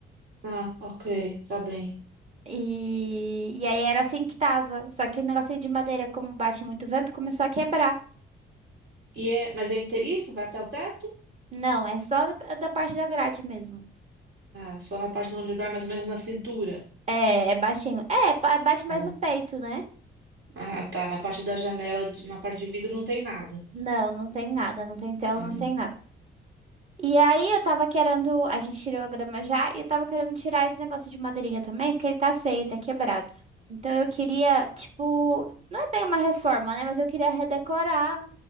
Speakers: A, on the right; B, on the right.
A: Ah, ok, tá bem.
B: E, e aí era assim que tava. Só que o negocinho de madeira, como bate muito vento, começou a quebrar.
A: E é, mas é inteiriço? Vai até o teto?
B: Não, é só da da parte da grade mesmo.
A: Ah, só na parte onde vai mais ou menos na cintura.
B: É, é baixinho. É, pa- bate mais
A: Hum.
B: no peito, né?
A: Ah, tá. Na parte da janela, de- na parte de vidro não tem nada.
B: Não, não tem nada, não tem tela,
A: Hum.
B: não tem nada. E aí eu tava querendo, a gente tirou a grama já, e eu tava querendo tirar esse negócio de madeirinha também, porque ele tá feio, tá quebrado. Então eu queria, tipo, não é bem uma reforma, né? Mas eu queria redecorar,